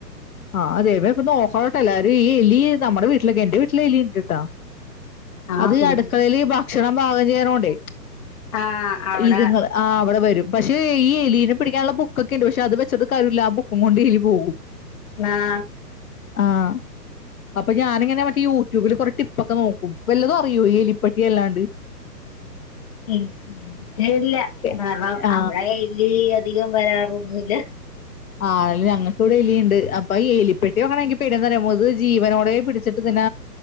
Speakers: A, on the left (about 60°); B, on the left (about 20°).
A: ആഹ് അതെ ബേ പ്പ നോക്കണട്ടോ എല്ലാരും ഈ എലി നമ്മടെ വീട്ടിലൊക്കെ എന്റെ വീട്ടിലും എലി ഉണ്ട്ട്ടാ
B: ആഹ്
A: അത്
B: സൂക്ഷിച്ചോ
A: അടുക്കളയില് ഭക്ഷണം പാകം ചെയ്യണോണ്ടേ
B: ആഹ് അവിടെ
A: ഇതുങ്ങള് ആഹ് അവട വരും പ റ്റ് ഈ എലീനെ പിടിക്കാനുള്ള ബുക്കൊക്കെ ഉണ്ട് പക്ഷെ അത് വെച്ചിട്ടും കാര്യല്ല ആ ബുക്കുംകൊണ്ട് എലി പോകും.
B: ന്നാ
A: ആഹ് അപ്പം ഞാനിങ്ങനെ മറ്റേ യൂട്യൂബില് കുറെ ടിപ്പൊക്കെ നോക്കും വല്ലതും അറിയോ എലിപ്പട്ടി അല്ലാണ്ട് <inaudible>
B: എനിക്കറിയില്ല
A: എ-
B: കാരണം
A: ആ
B: നമ്മടെ കയ്യില് അധികം വരാറൊന്നു ഇല്ല
A: ആഹ് അതല്ല ഞങ്ങക്ക് ഇവടെ എലിയുണ്ട് അപ്പ ഈ എലിപ്പെട്ടി <unintelligible> ഇത് ജീവനോടെ പിടിച്ചിട്ട് ഇതിന